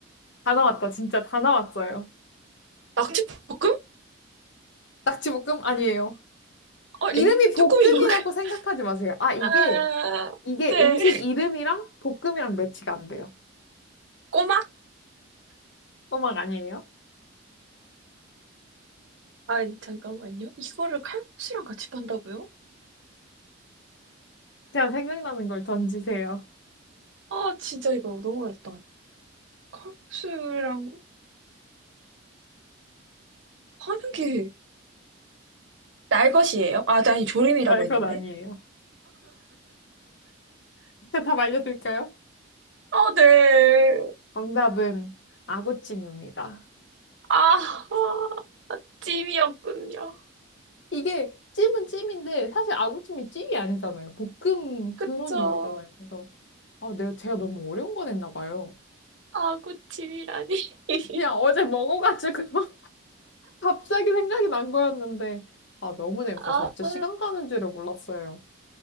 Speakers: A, on the left; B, on the right.
A: 다 나왔다, 진짜 다 나왔어요.
B: 낙지볶음?
A: 낙지볶음 아니에요.
B: 어,
A: 이름이
B: 엠,
A: 볶음이라고
B: 쭈꾸미 볶음. <laughs>
A: 생각하지 마세요. 아, 이게,
B: 아,
A: 이게
B: 네.
A: 음식 이름이랑 볶음이랑 매치가 안 돼요.
B: 꼬막?
A: 어막 아니에요?
B: 아, 잠깐만요. 이거를 칼국수랑 같이 판다고요?
A: 제가 생각나는 걸 던지세요.
B: 아, 진짜 이거 너무 어렵다. 칼국수랑 하는 게 날것이에요? 아, 아니, 조림이라고
A: 나 이건
B: 했는데.
A: 아니에요. 제가 답 알려드릴까요?
B: 아 네.
A: 정답은 아구찜입니다.
B: 아, 아, 찜이었군요.
A: 이게 찜은 찜인데 사실 아구찜이 찜이 아니잖아요. 볶음
B: 그쵸.
A: 그런 요리잖아요. 그래서 아, 내가 제가 너무 어려운 거 냈나 봐요.
B: 아, 구찜이라니 <laughs>
A: 그냥 어제 먹어가지고 <laughs> 갑자기 생각이 난 거였는데 아, 너무 재밌다.
B: 아,
A: 저 진짜
B: 아,
A: 시간 가는 줄을 몰랐어요.